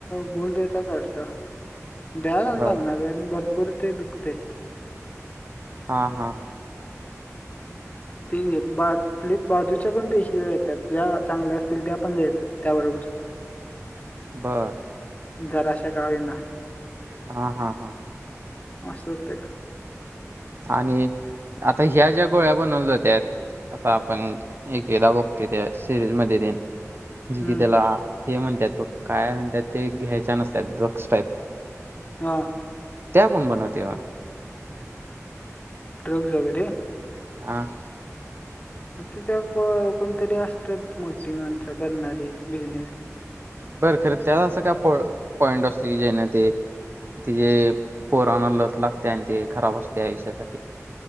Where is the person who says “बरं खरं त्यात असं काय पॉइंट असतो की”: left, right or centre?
Right